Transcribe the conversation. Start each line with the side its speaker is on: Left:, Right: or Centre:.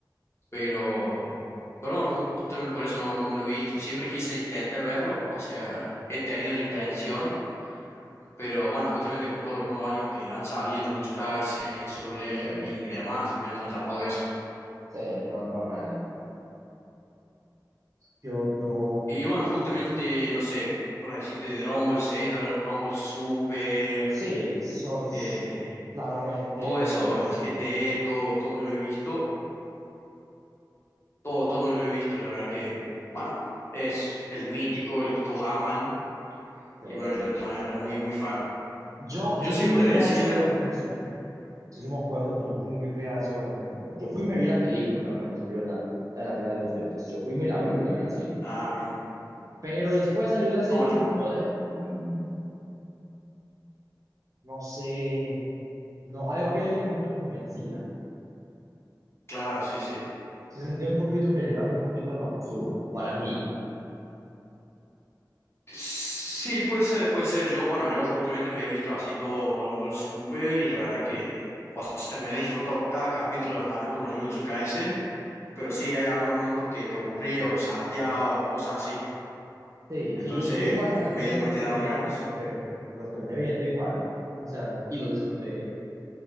Left: pero, pero bueno, justamente por eso no, no me lo he visto. Siempre quise intentar verlo, o sea, he tenido la intención, pero bueno, justamente con todos los nuevos animes que han salido, Jujutsu Kaisen, Solo Leveling
Right: Sí,
Left: y demás, me han atrapado esos.
Right: sí, no es normal. ¿no? ¿Qué otro?
Left: Y bueno, justamente, no sé, por decirte, de Dragon Ball Z, Dragon Ball Super,
Right: Sí, eso es
Left: eh,
Right: claramente
Left: todo eso,
Right: también.
Left: el G T todo, todo me lo he visto, todo, todo me lo he visto, la verdad que, bueno, es el mítico, el que todos aman,
Right: Eh,
Left: y bueno, yo también era muy, muy fan.
Right: yo,
Left: Yo
Right: yo
Left: siempre
Right: fui muy reacio
Left: decía,
Right: a verme Super. Sí, yo me acuerdo que yo fui muy reacio a verme Super. Yo fui y me vi la película cuando salió la, la de la pelea de los dioses. Yo fui y me la vi, me la vi en cine.
Left: ah, bien,
Right: Pero después salió la serie
Left: no, yo,
Right: y fue como de, mm, no sé, no, hay- había algo que no me convencía.
Left: claro, sí, sí.
Right: Se sentía un poquito que llegaron un poquito a lo absurdo para mí.
Left: Sí, puede ser, puede ser. Yo, bueno, yo justamente me he visto así todo Dragon Ball Super y la verdad que, o sea, me he disfrutado cada capítulo también como Jujutsu Kaisen, pero sí hay algunos momentos que te aburría o lo salteaba o cosas así.
Right: Sí,
Left: Entonces,
Right: sí, yo, yo igual
Left: como
Right: también
Left: que medio no te
Right: terminé,
Left: daban ganas.
Right: fue como que me lo terminé viendo igual. O sea, y lo disfruté.